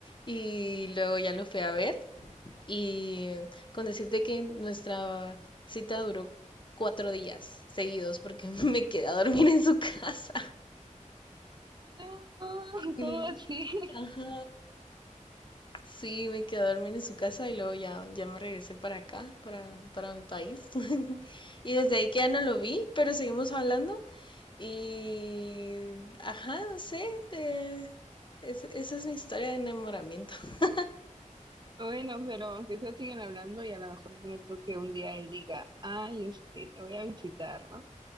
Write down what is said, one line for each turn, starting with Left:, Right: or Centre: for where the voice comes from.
Left: y luego ya lo fui a ver y con decirte que nuestra cita duró cuatro días seguidos porque <laughs> me quedé a dormir en su casa.
Right: No,
Left: Y-
Right: ¿cómo así? <laughs>
Left: ajá, sí, me quedé a dormir en su casa y luego ya, ya me regresé para acá, para, para mi país. <laughs> Y desde ahí que ya no lo vi, pero seguimos hablando. Y, ajá, no sé, te- es- esa es mi historia de enamoramiento. <laughs>
Right: Bueno, pero aunque sea siguen hablando y a lo mejor pone tú que un día él diga, ay, este, te voy a visitar, ¿no?